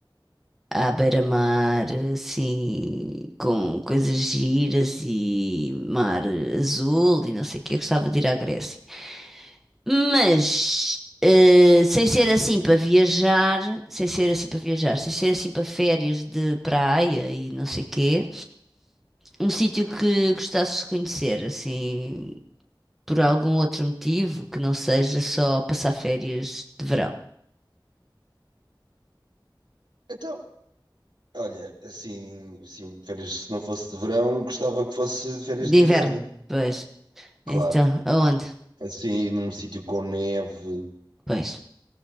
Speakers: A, in the centre; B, on the right.
A: à beira-mar, assim, com coisas giras e mar azul e não sei o que. Eu gostava de ir à Grécia. Mas, eh, sem ser assim para viajar, sem ser assim para viajar, sem ser assim para férias de praia e não sei o quê, um sítio que gostasses de conhecer, assim, por algum outro motivo que não seja só passar férias de verão,
B: Então, olha, assim, assim, férias, se não fosse de verão, gostava que fosse de férias
A: de
B: de inverno,
A: inverno, pois.
B: claro.
A: Então, aonde?
B: Assim, num sítio com neve,
A: Pois.